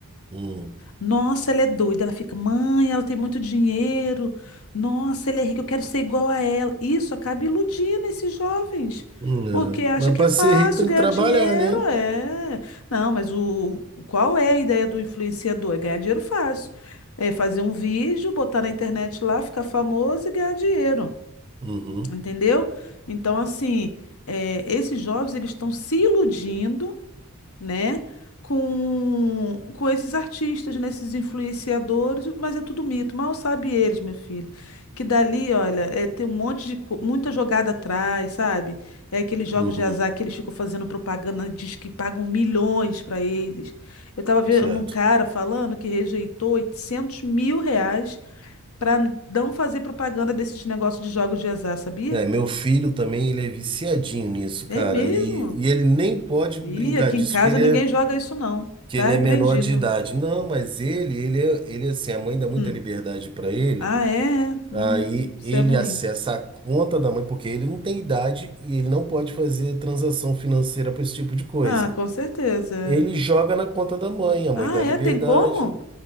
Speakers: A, on the right; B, on the left.
A: Hum,
B: Nossa, ela é doida. Ela fica, mãe, ela tem muito dinheiro. Nossa, ele é rico, eu quero ser igual a ela. Isso acaba iludindo esses jovens,
A: hum,
B: porque acha
A: é. Mas
B: que
A: para
B: é fácil
A: ser rico tem
B: ganhar
A: que trabalhar,
B: dinheiro.
A: né?
B: É. Não, mas o o- qual é a ideia do influenciador? É ganhar dinheiro fácil. É fazer um vídeo, botar na internet lá, ficar famoso e ganhar dinheiro.
A: Uhum,
B: Entendeu? Então, assim, eh, esses jovens eles estão se iludindo, né, com, com esses artistas, né, esses influenciadores, mas é tudo mito. Mal sabe eles, meu filho, que dali, olha, é, tem um monte de co- muita jogada atrás, sabe? É aqueles jogos
A: uhum,
B: de azar que eles ficam fazendo propaganda, diz que pagam milhões para eles. Eu tava vendo
A: certo.
B: um cara falando que rejeitou 800 mil reais para não fazer propaganda desses negócios de jogos de azar, sabia?
A: É, meu filho também, ele é viciadinho nisso,
B: É
A: cara.
B: mesmo?
A: E, e ele nem pode
B: Ih,
A: brincar
B: aqui
A: disso,
B: em casa
A: que ele
B: ninguém
A: é
B: joga isso não.
A: que
B: Tá
A: ele
B: repreendido.
A: é menor de idade. Não, mas ele, ele, é- ele assim, a mãe dá muita
B: Hum.
A: liberdade para ele.
B: Ah, é? é? Hum,
A: Aí
B: isso
A: ele
B: é ruim.
A: acessa a conta da mãe, porque ele não tem idade e ele não pode fazer transação financeira para esse tipo de coisa.
B: Ah, com certeza. é.
A: Ele joga na conta da mãe, a mãe
B: Ah,
A: dá liberdade.
B: é? Tem como?